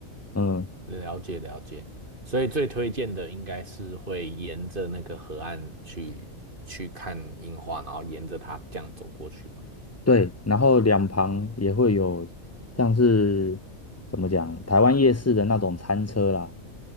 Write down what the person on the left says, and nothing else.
嗯，
对，然后两旁也会有像是怎么讲，台湾夜市的那种餐车啦。